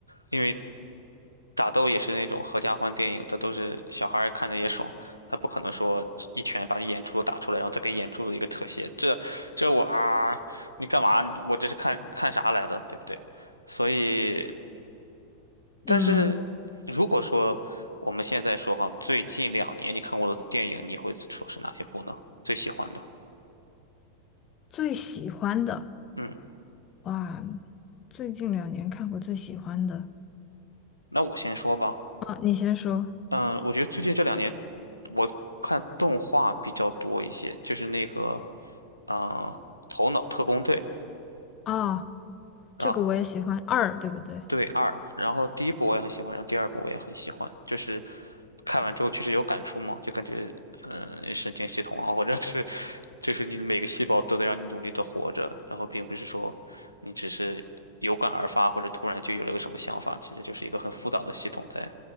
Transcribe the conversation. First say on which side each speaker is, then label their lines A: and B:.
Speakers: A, on the left; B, on the left.
A: 因为打斗也是那种合家欢电影，它都是小孩儿看着也爽，他不可能说一拳把你眼珠子打出来，然后再给眼珠子一个特写，这这我啊，你干嘛？我这是看看啥来的，对不对？所以但是如果说我们现在说哈，
B: 嗯，
A: 最近两年你看过的电影，你会说是哪一部呢？最喜欢的？
B: 最喜欢的
A: 嗯，
B: 哇，最近两年看过最喜欢的
A: 那我先说吧。
B: 啊，你先说
A: 嗯，我觉得最近这两年我看动画比较多一些，就是那个嗯，呃头脑特工队》
B: 啊，
A: 啊，
B: 这个我也喜欢二，对不对？
A: 对二，然后第一部我也很喜欢，然后第二部我也很喜欢，就是看完之后确实有感触嘛，就感觉嗯、呃神经系统啊，或者是就是你的每个细胞都在让你努力的活着，然后并不是说你只是有感而发或者突然就有了个什么想法，其实就是一个很复杂的系统在。